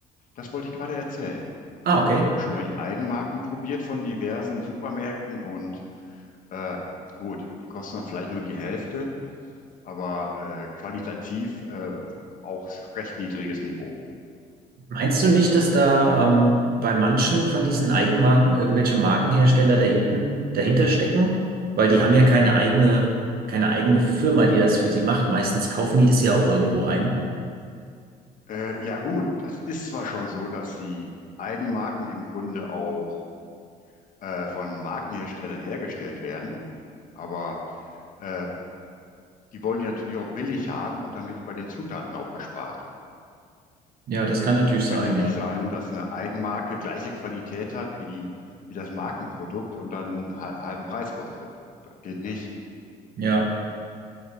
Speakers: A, on the left (about 50°); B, on the right (about 60°).
A: das wollte ich gerade erzählen.
B: Ah, okay.
A: Ich habe auch schon mal die Eigenmarken probiert von diversen Supermärkten und äh, gut, die kosten dann vielleicht nur die Hälfte, aber äh, qualitativ äh, auch recht niedriges Niveau.
B: Meinst du nicht,
A: Also
B: dass da ähm, bei manchen von diesen Eigenmarken irgendwelche Markenhersteller dahinten, dahinter stecken? Weil die haben ja keine eigene, keine eigene Firma, die das für sie macht. Meistens kaufen die das ja auch irgendwo ein.
A: Äh, ja gut, das ist zwar schon so, dass die Eigenmarken im Grunde auch äh, von Markenherstellern hergestellt werden, aber äh, die wollen die natürlich auch billig haben und dann wird bei den Zutaten auch gespart.
B: Ja, das kann natürlich sein,
A: Kann ja nicht
B: ja.
A: sein, dass eine Eigenmarke gleiche Qualität hat wie die, wie das Markenprodukt und dann ha- halben Preis kostet. Das geht nicht.
B: Ja.